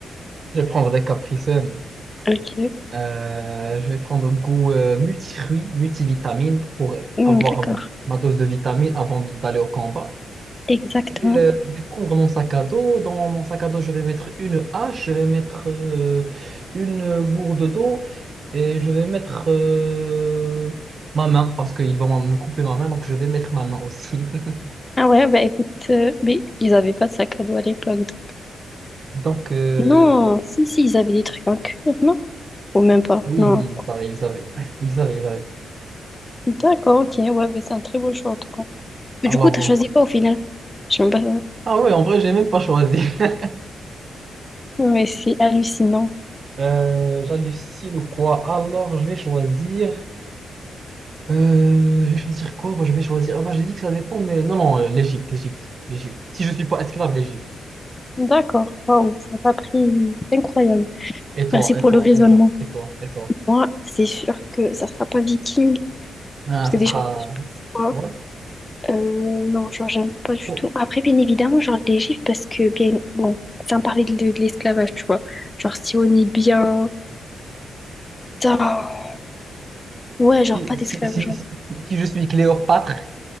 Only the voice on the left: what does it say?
Ok,
Hmm,
d'accord.
Exactement.
Ah ouais, bah écoute, euh, mais ils avaient pas de sac à dos à l'époque,
Non, si, si, ils avaient des trucs en cuir, non? Ou même pas,
non.
D'accord, ok, ouais, mais c'est un très beau choix en tout cas.
Mais du coup, t'as choisi quoi au final? Je sais même pas.
Ouais, c'est hallucinant.
D'accord, waouh, ça t'a pris incroyable.
Merci pour
le raisonnement.
Moi, c'est sûr que ça sera pas viking,
parce
que déjà,
il fait super froid.
Euh, non, genre, j'aime pas du
tout. Après, bien évidemment, genre, l'Égypte, parce que, bien, bon, sans parler de, de l'esclavage, tu vois. Genre, si on est bien. Putain. Ouais, genre,
pas
d'esclavage